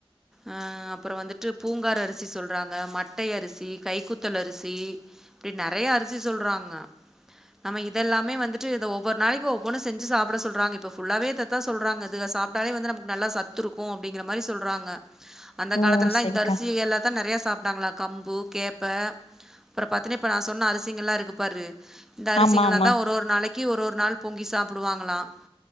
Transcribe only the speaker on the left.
ஓ
சரிக்கா
ஆமா ஆமா